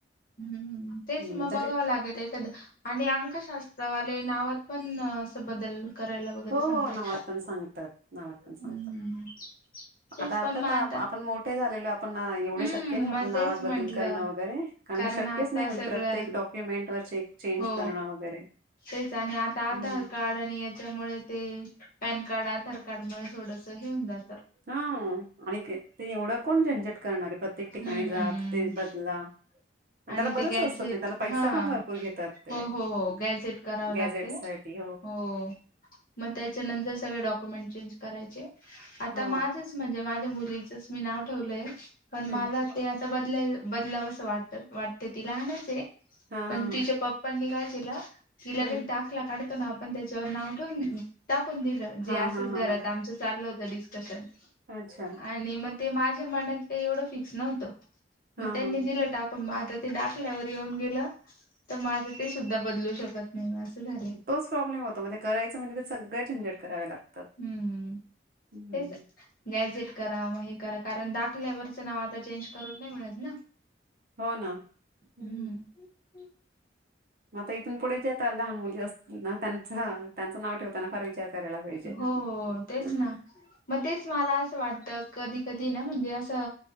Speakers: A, on the left; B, on the right.
A: हम तेच
B: हम्म
A: मग
B: त्याची
A: बघावं लागेल, एखाद्या आणि अंकशास्त्रावर ले नावात पण असं बदल करायला वगैरे
B: हो
A: सांगतात
B: हो, नावात
A: का?
B: पण सांगतात नावात पण सांगतात.
A: हम्म. तेच
B: आता
A: पण
B: अर्थात
A: मग आता
B: आपण मोठे झालेलो, आपण एवढे
A: हम्म
B: शक्य नाही आपल्या
A: मग
B: नावात
A: तेच म्हंटलं
B: बदल करणं वगैरे. अन
A: कारण
B: शक्यच
A: आता
B: नाही, म्हणजे
A: सगळं
B: प्रत्येक डॉक्युमेंट वर चे चेंज
A: हो
B: करणं वगैरे.
A: तेच आणि आता आधार
B: हम्म
A: कार्ड आणि याच्यामुळे ते पॅन कार्ड, आधार कार्ड मुळे थोडंस हे होऊन जात.
B: हा, आणि ते एवढं कोण झंझट करणार प्रत्येक ठिकाणी
A: हम्म
B: जा
A: हम्म.
B: ते बदला. पण
A: आणि
B: त्याला बरंच
A: ते गॅझेट
B: असतं ते त्याला पैसा
A: हा
B: पण भरपूर घेतात ते
A: हो हो हो, गॅझेट करावं
B: गॅझेट
A: लागतयं.
B: साठी
A: हो, मग त्याच्यानंतर सगळे डॉक्युमेंट चेंज करायचे, आता
B: हो
A: माझचं म्हणजे माझ्या मुलीचचं मी नाव ठेवलंय. पण
B: हम्म
A: मला ते आता बदलाय- बदलाव असं वाट वाटते ती लहानच आहे.
B: हा हा
A: पण
B: हा
A: तिच्या पप्पांनी काय केलं, ति लगेच
B: हम्म
A: दाखला काढत ना आपण त्याच्यावर नाव ठेवून टाकून दिलं, जे
B: हा
A: असंच
B: हा
A: घरात
B: हा हा
A: आमचं चाललं होतं डिस्कशन.
B: अच्छा
A: आणि मग ते माझ्या मनात काही एवढं फिक्स नव्हतं, मग
B: हा
A: त्यांनी
B: हा
A: दिलं टाकून. मग आता ते दाखल्यावर येऊन गेलं, तर मग आता ते सुद्धा बदलू शकत नाही. झालंय
B: तोच प्रॉब्लेम होता, म ते करायचा म्हणजे त्या सगळ्या झंजेट कराव्या लागतात.
A: हम
B: हम्म
A: तेच गॅझेट करा मग हे करा कारण, दाखल्यावरचं नाव आता चेंज करून नाही मिळत ना.
B: हो ना, हम.
A: हम्म. <unintelligible>
B: मग आता इथून पुढे जे आता लहान मुली असतील ना, त्यांच त्यांचं नाव ठेवताना फार विचार करायला पाहिजे
A: हो हो तेच
B: हम्म
A: ना, मग तेच मला असं वाटत कधी कधी ना म्हणजे अस